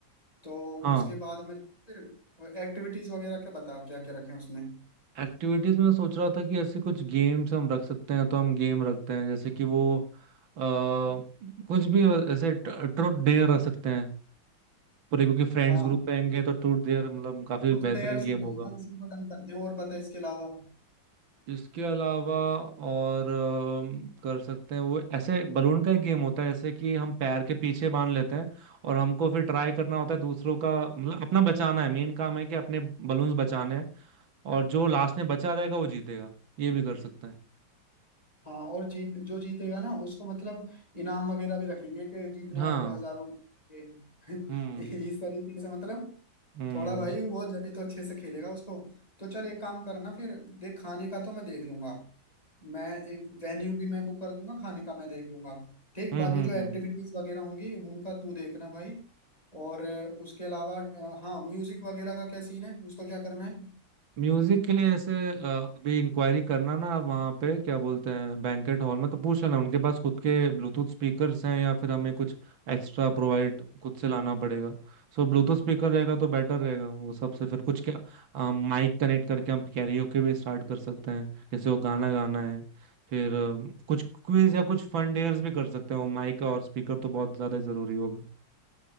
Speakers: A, on the left; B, on the right.
A: तो
B: हाँ
A: उसके बाद में फिर एक्टिविटीज वगैरह का बताओ क्या क्या रखें उसमें
B: एक्टिविटीज में सोच रहा था कि ऐसे कुछ गेम्स हम रख सकते हैं तो हम गेम रखते हैं जैसे कि वो आ, कुछ भी ऐसे ट्रूथ डेयर रख सकते हैं पूरे क्योंकि फ्रेंड्स
A: हाँ
B: ग्रुप रहेंगे तो ट्रूथ डेयर मतलब काफी
A: बुक
B: बेहतरीन
A: डेयर से
B: गेम
A: ही रहेगा
B: होगा
A: इसी को डन करते हैं और बता इसके अलावा
B: इसके अलावा और अम, कर सकते हैं वो ऐसे बलून का एक गेम होता है जैसे कि हम पैर के पीछे बांध लेते हैं और हमको फिर ट्राई करना होता है दूसरों का मतलब अपना बचाना है मेन काम है कि अपने बलून्स बचाने हैं और जो लास्ट में बचा रहेगा वो जीतेगा ये भी कर सकते हैं
A: हाँ और जीत जो जीतेगा ना उसको मतलब इनाम वगैरह भी रखेंगे कि जीतने
B: हाँ
A: वाले को हजारों के <laughs>
B: हम्म
A: इस तरीके से मतलब
B: हम्म
A: थोड़ा भाई वो जब तो अच्छे से खेलेगा उसको तो चल एक काम करना फिर देख खाने का तो मैं देख लूंगा मैं एक वेन्यू भी मैं बुक कर दूंगा खाने का मैं देख लूंगा ठीक
B: हम्म
A: बाकी
B: हम्म
A: जो एक्टिविटीज
B: हम्म।
A: वगैरह होंगी उनका तू देखना भाई और अ, उसके अलावा अ, हाँ म्यूजिक वगैरह का क्या सीन है उसका क्या करना है
B: म्यूजिक के लिए ऐसे अ, अभी इंक्वायरी करना ना आप वहाँ पे क्या बोलते हैं बैंकेट हॉल में तो पूछ लेना उनके पास खुद के ब्लूटूथ स्पीकर्स हैं या फिर हमें कुछ एक्स्ट्रा प्रोवाइड खुद से लाना पड़ेगा सो ब्लूटूथ स्पीकर रहेगा तो बेटर रहेगा वो सबसे फिर कुछ क्या माइक कनेक्ट करके हम कैरियोके भी स्टार्ट कर सकते हैं जैसे वो गाना गाना है फिर अ, कुछ क्विज या कुछ फन डेयर्स भी कर सकते हैं वो माइक और स्पीकर तो बहुत ज्यादा जरूरी होगा